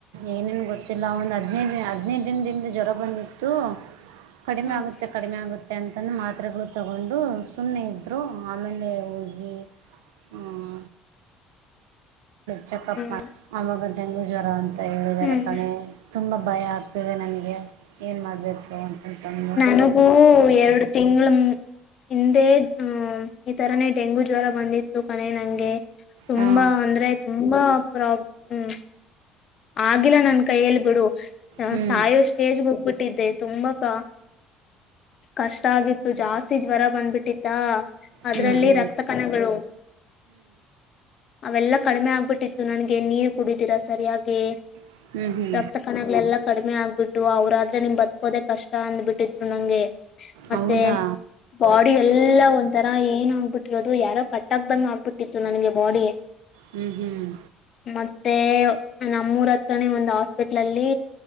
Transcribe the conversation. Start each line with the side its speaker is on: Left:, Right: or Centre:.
Right: ಏನೇನು ಗೊತ್ತಿಲ್ಲ ಒಂದು ಹದಿನೈದು ದ ಹದಿನೈದು ದಿನದಿಂದ ಜ್ವರ ಬಂದು. ಅದು ಕಡಿಮೆ
Left: ಹ್ಮ್
Right: ಆಗುತ್ತೆ. ಕಡಿಮೆ ಆಗುತ್ತೆ ಅಂತನ ಮಾತ್ರೆಗಳು ತಗೊಂಡು ಸುಮ್ಮನೆ ಇದ್ರು ಆಮೇಲೆ ಹೋಗಿ. ಹ್ಮ. ಚೆಕಪ್
Left: ಹ್ಮ್
Right: ಮಾಡ ಆಮಗ ಡೆಂಗೂ ಜ್ವರ ಅಂತ ಹೇಳಿದಿದ್ದಾರೆ
Left: ಹ್ಮ್
Right: ಕಣೆ. ತುಂಬ ಭಯ ಆಗ್ತಿದೆ ನನಗೆ ಏನು ಮಾಡಬೇಕು ಅಂತಂತಂದು.
Left: ನನಗೂ ಹ್ಮ ಎರಡು ತಿಂಗಳ್ ಮೇ. ಹಿಂದೆ ಈ ತರನೇ ಡೆಂಗೂ ಜ್ವರ ಬಂದಿತ್ತು ಕಣೆ ನಂಗೆ. ತುಂಬಾ
Right: ಹಾಂ
Left: ಅಂದ್ರೆ ತುಂಬಾ ಪ್ರಾಬ್ ಹ್ಮ. ಆಗಿಲ್ಲ ನನ್ ಕೈಯಲ್ಲಿ ಬಿಡು
Right: ಹ್ಞೂ
Left: ಸಾಯೋ ಸ್ಟೇಜ್ ಹೋಗ್ಬಿಟ್ಟಿದ್ದೆ ತುಂಬಾ ಪ್ರ ಕಷ್ಟ ಆಗಿತ್ತು ಜಾಸ್ತಿ ಜ್ವರ ಬಂದ್ಬಿಟ್ಟಿತ್ತ. ಅದರಲ್ಲಿ
Right: ಹ್ಞೂ ಹ್ಞೂ
Left: ರಕ್ತ ಕಣಗಳು. ಅವೆಲ್ಲಾ ಕಡಿಮೆ ಆಗ್ಬಿಟ್ಟಿತ್ತು ನನ್ಗೆ ನೀರ್ ಕುಡಿದೀರಾ ಸರಿಯಾಗಿ.
Right: ಹ್ಞೂ ಹ್ಞೂ ಹ್ಞೂ
Left: ರಪ್ತ. ಕನಗಳೆಲ್ಲ ಕಡಿಮೆ ಆಗ್ಬಿಟ್ಟು ಅವ್ರಾದ್ರೆ ನಿಮ್ ಬ್ಕೋದೆ ಕಷ್ಟ ಅಂದ್ಬಿಟ್ಟಿದ್ರು ನಂಗೆ. ಮತ್ತೆ
Right: ಹೌದಾ
Left: ಬಾಡಿ ಎಲ್ಲಾ ಒ ಈ ತರ ಏನ್ ಆಗ್ಬಿಟ್ಟಿರೋದು ಯಾರೋ ಕಟ್ಟಕ್ ಬಂದ ಆಗ್ಬಿಟ್ಟಿತ್ತು ನನಗೆ ಬಾಡಿ.
Right: ಹ್ಮ್ ಹ್ಮ್.
Left: ಮತ್ತೆ ನಮ್ಮೂರ ಹತ್ರನೇ ಒಂದ್ ಹಾಸ್ಪಿಟ್ಲ್ ಅಲ್ಲಿ.